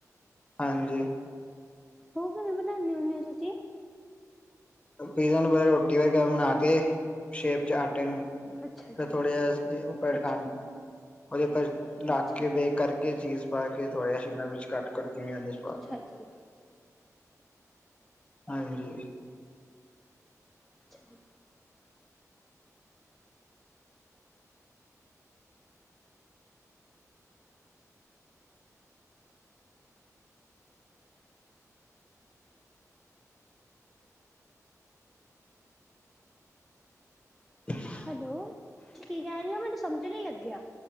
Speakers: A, on the left; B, in the centre.
A: ਹਾਂਜੀ।
B: ਉਹ ਕਿਵੇਂ ਬਣਾਉਂਦੇ ਹੁੰਦੇ ਹੋ ਤੁਸੀਂ
A: ਪੀਜ਼ਾ ਨੂੰ ਪਲ ਰੋਟੀ ਵਗੈਰਾ ਬਣਾ ਕੇ ਸ਼ੇਪ ਚ ਆਟੇ ਨੂੰ
B: ਅੱਛਾ ਜੀ।
A: ਫਿਰ ਥੋੜੇ ਜ ਉੱਪਰ
B: ਅੱਛਾ
A: ਕ
B: ਜੀ,
A: ਉਹਦੇਪਰ ਡਕੇ
B: ਅੱਛਾ ਜੀ,
A: ਬੇਕ ਕਰਕੇ ਚੀਜ਼ ਪਾ ਕੇ ਥੋੜਾ ਜਿਹਾ ਸ਼ਿਮਲਾ ਮਿਰਚ ਵਿੱਚ ਕੱਟ ਕਰ ਕਿਵੇਂ ਹੋ ਜਸਪਾਲ
B: ਅੱਛਾ ਜੀ,
A: ਹਾਂਜੀ
B: ਅੱਛਾ ਜੀ
A: <inaudible>
B: ਹੈਲੋ ਤੁਸੀਂ ਕੀ ਕਹਿ ਰਹੇ ਹੋ ਮੈਨੂੰ ਸਮਝਣ ਲੱਗਿਆ